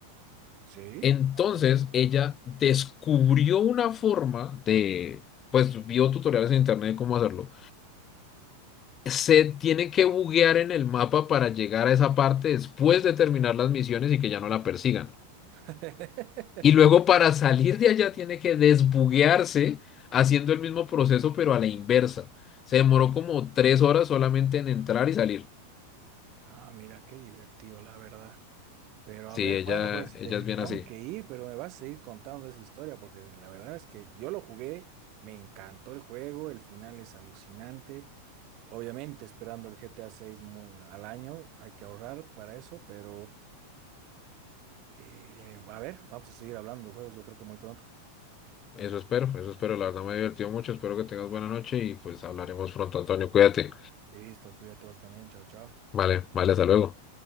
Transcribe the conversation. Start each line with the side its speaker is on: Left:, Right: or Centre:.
Right: ¿Sí?
Left: Entonces
Right: No, no,
Left: ella
Right: no.
Left: descubrió una forma de, pues vio tutoriales en internet de cómo hacerlo. Se tiene que buguear en el mapa para llegar a esa parte después de terminar las misiones y que ya no la persigan.
Right: <laughs>
Left: Y luego para salir de allá tiene que desbuguearse haciendo el mismo proceso, pero a la inversa. Se demoró como tres horas solamente en entrar y salir.
Right: Ah, mira, qué divertido, la verdad. Pero
Left: Sí,
Right: a ver,
Left: ella,
Right: bueno, pues
Left: ella
Right: te,
Left: es bien
Right: tengo
Left: así.
Right: que ir, pero me vas a seguir contando esa historia, porque la verdad es que yo lo jugué, me encantó el juego, el final es alucinante. Obviamente, esperando el GTA 6 al año, hay que ahorrar para eso, pero eh, a ver, vamos a seguir hablando de juegos, yo creo que muy pronto.
Left: Eso espero, eso espero. La verdad me divertido mucho. Espero que tengas buena noche y pues hablaremos pronto, Antonio. Cuídate.
Right: Listo, cuídate todos también, chao, chao.
Left: Vale, vale, hasta luego.